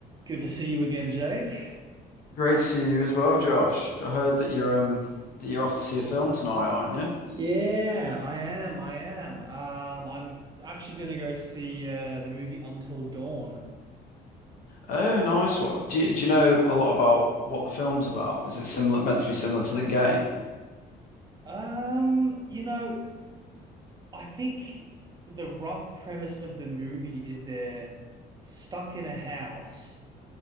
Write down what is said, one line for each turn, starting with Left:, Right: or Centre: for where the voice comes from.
Right: Good to see you again, Jake.
Left: Great to see you as well, Josh. I heard that you're um that you're off to see a film tonight, aren't you?
Right: Yeah, I am. I am. Um, I'm actually gonna go see uh, the movie Until Dawn.
Left: Oh, nice one. Do you, do you know a lot about what the film's about? Is it similar meant to be similar to the game?
Right: Um, you know, I think the rough premise of the movie is they're stuck in a house